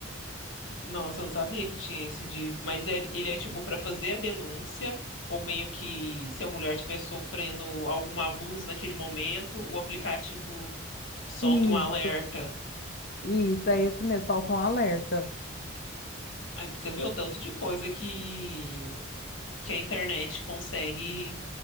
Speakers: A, on the left; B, on the left.
A: Nossa, eu não sabia que tinha esse de. Mas ele ele é tipo pra fazer a denúncia, ou meio que se a mulher estiver sofrendo algum abuso naquele momento, o aplicativo solta
B: Isso,
A: um alerta.
B: isso, é esse mesmo, solta um alerta.
A: Aí pra você vê o tanto de coisa que, que a internet consegue